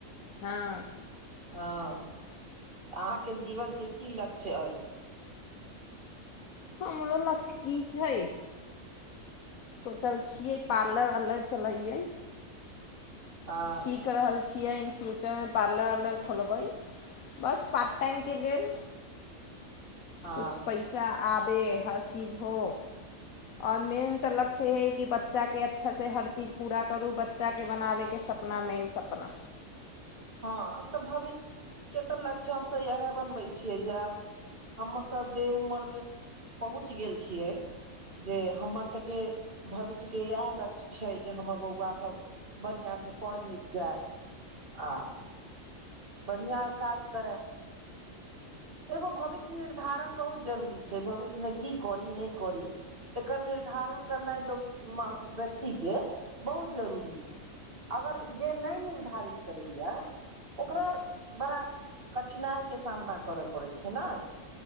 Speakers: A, on the left; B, on the right.
A: हाँ
B: ओ अहाँके जीवनके की लक्ष्य अइ
A: हमरो लक्ष्य की छैय सोचल छियै पार्लर वार्लर चलैयए
B: हाँ
A: सीख रहल छियै इन फ्यूचरमे पार्लर वार्लर खोलबै बस पार्ट टाइमके लेल
B: हँ
A: किछु पैसा आबे हर चीज हो आओर मेन तऽ लक्ष्य हइ कि बच्चाके अच्छासँ हर चीज पूरा क्ररु ब च्चा के बनाबे के सपना मेन सपना
B: हाँ तऽ भविष्यके तऽ लक्ष्य हमसभ इएह बनबै छियै जायब हमसभ जे उमरमे पहुँच गेल छियै जे हमर सभके भविष्यके इएह लक्ष्य छैय जे हमर बौआसभ बढ़िआँसँ पढ़ि लिख जाइ आ बढ़िआँ काज करैय एगो भविष्य निर्धारण बहुत जरूरी छैय भविष्यमे की करी नहि करी एकर निर्धारण करनाइ लोक मऽ व्यक्तिके बहुत जरूरी छैय अगर जे नहि निर्धारित करैया ओकरा बड़ा कठिनाइके सामना करऽ पड़ै छैय नहि